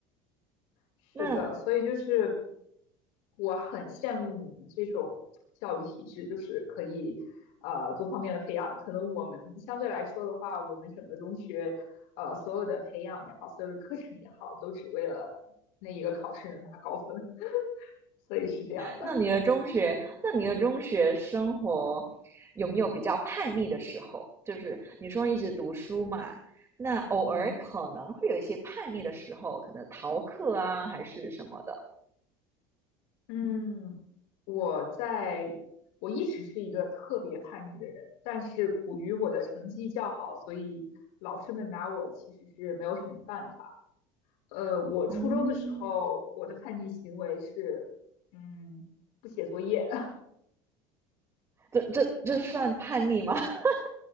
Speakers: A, on the left; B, on the right.
A: 是的，
B: 那
A: 所以就是我很羡慕你们这种教育体制，就是可以呃多方面的培养。可能我们相对来说的话，我们整个中学呃所有的培养也好，所有的课程也好，都只为了那一个考试能拿高分，所以是这样的。
B: 那你的中学，那你的中学生活有没有比较叛逆的时候？就是你说一直读书嘛，那偶尔可能会有一些叛逆的时候，
A: 嗯。
B: 可能逃课啊，还是什么的。
A: 嗯，我在，我一直是一个特别叛逆的人，但是苦于我的成绩较好，所以老师们拿我其实是没有什么办法。呃，我初中的时候，
B: 哦，
A: 我的叛逆行为是，嗯，不写作业。
B: 这这这算叛逆吗？<laughs>